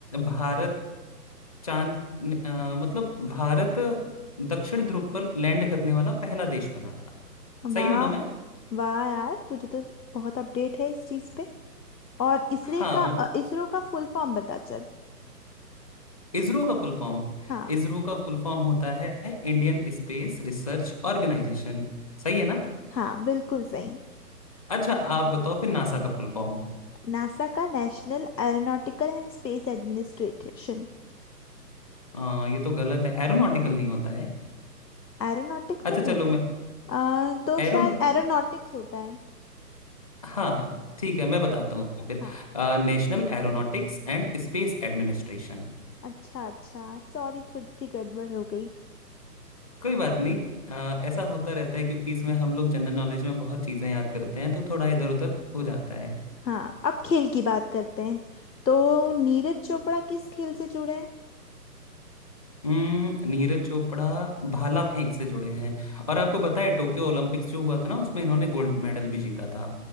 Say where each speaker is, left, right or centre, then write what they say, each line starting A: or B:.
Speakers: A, on the left (about 20°); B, on the left (about 80°).
A: भारत चांद अ, मतलब भारत दक्षिण ध्रुव पर लैंड करने वाला पहला देश बना था सही
B: वाह
A: हूं ना मैं
B: वाह यार तुझे तो बहुत अपडेट है इस चीज पे और इसरो
A: हाँ
B: का
A: मैं
B: अ, इसरो का फुल फॉर्म बता चल
A: इसरो का फुल फॉर्म
B: हाँ
A: इसरो का फुल फॉर्म होता है इंडियन स्पेस रिसर्च ऑर्गेनाइजेशन सही है ना
B: हाँ बिल्कुल सही
A: अच्छा आप बताओ फिर नासा का फुल फॉर्म
B: नासा का national aeronautical and space administration
A: आ, ये तो गलत है एरोनॉटिकल नहीं होता है
B: Aeronautics
A: अच्छा
B: नहीं होता
A: चलो मैं
B: आ, तो
A: एरोन
B: शायद एरोनॉटिक्स होता है
A: हाँ ठीक है मैं बताता हूँ फिर
B: हाँ
A: National aeronautics and space administration
B: अच्छा अच्छा सॉरी थोड़ी सी गड़बड़ हो गई
A: कोई बात नहीं अ, ऐसा होता रहता है क्योंकि इसमें हम लोग जनरल नॉलेज में बहुत चीजें याद करते हैं तो थोड़ा इधर उधर हो जाता है
B: हाँ अब खेल की बात करते हैं तो नीरज चोपड़ा किस खेल से जुड़े हैं
A: उम्म, नीरज चोपड़ा भाला फेंक से जुड़े हैं और आपको पता है टोक्यो ओलंपिक्स जो हुआ था ना उसमें इन्होंने गोल्ड मेडल भी जीता था